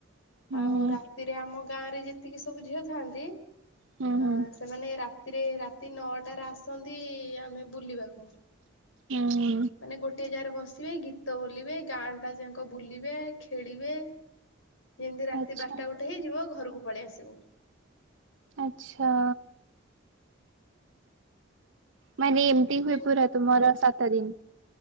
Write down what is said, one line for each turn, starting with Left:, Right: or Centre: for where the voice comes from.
Right: ହୁଁ
Left: ଆଉ ରାତିରେ ଆମ ଗାଁ ରେ ଯେତିକି ସବୁ ଝିଅ ଥାନ୍ତି।
Right: ହୁଁ
Left: ଅ
Right: ହୁଁ
Left: ସେମାନେ ରାତିରେ ରାତି ନଅଟାରେ ଆସନ୍ତି ଆମେ ବୁଲିବାକୁ
Right: ହୁଁ
Left: ମାନେ ଗୋଟେ ଜାଗାରେ ବସ ସିବେ, ଗୀତ ବୋଲିବେ, ଗାଁ ଟା ଯକ ବୁଲିବେ, ଖେଳିବେ। ଯେମିତି ରାତି
Right: ଆଚ୍ଛା
Left: ବାରଟା ଗୋଟେ ହେଇଯିବ ଘରକୁ ପଳେଇ ଆସିବୁ।
Right: ଆଚ୍ଛା। ମାନେ ଏମତି ହୁଏ
Left: ହୁଁ
Right: ପୁରା ତୁମର ସାତ ଦିନ।